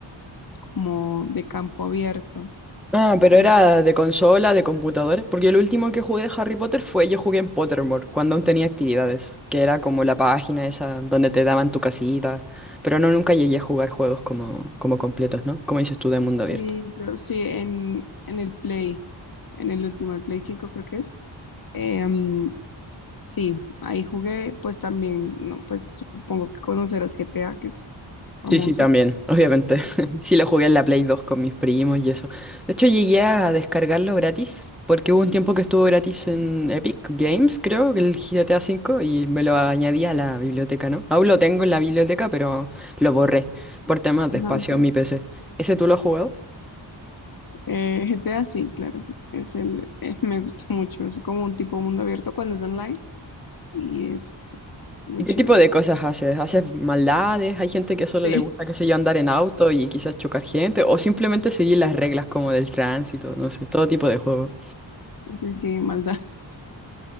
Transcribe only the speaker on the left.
como de campo abierto.
Eh,
sí, yo sí, en, en el Play, en el último, el Play 5 creo que es. Em, sí, ahí jugué, pues también, no, pues supongo que conocerás GTA, que es famoso.
Ajá,
ok.
Eh, GTA sí, claro. Es el, eh, me gusta mucho. Es como un tipo mundo abierto cuando es online y es muy
chévere.
Sí,
sí, sí, maldad. <laughs>